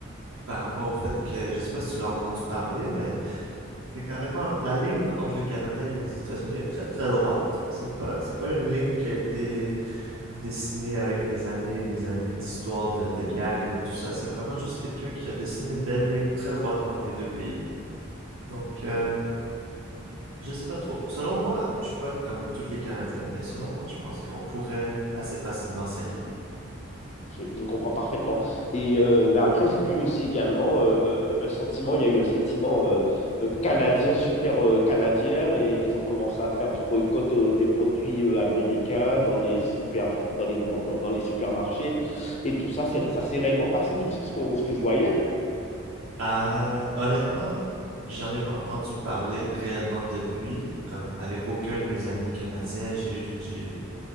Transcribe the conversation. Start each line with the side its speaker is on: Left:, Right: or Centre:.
Right: par rapport au fait que, je sais pas si tu l'as entendu parler, mais il y a carrément, la ligne entre le Canada et les États-Unis est très très droite. C'est pas, c'est pas une ligne qui a été dessiner avec des années et des années d'histoire de, de guerre et de tout ça. C'est vraiment juste quelqu'un qui a dessiné une belle ligne très droite entre les deux pays. Donc, euh, je sais pas trop. Selon moi, je suis pas comme tous les Canadiens, mais selon moi, je pense qu'on pourrait assez facilement s'allier.
Left: Je, je comprends parfaitement. Et euh, mais après, j'ai vu aussi également euh, euh, un sentiment, il y a eu un sentiment euh, euh, canadien, super euh, canadien, et ils ont commencé à faire du boycott euh, des produits euh, américains dans les super, dans les grands, dans, dans les supermarchés. Et tout ça, c'est, ça s'est réellement passé, tout ça, ce qu'on, ce que je voyais.
Right: Euh, honnêtement, j'en ai pas entendu parler réellement depuis, comme avec aucun de mes amis canadiens, j'ai j'ai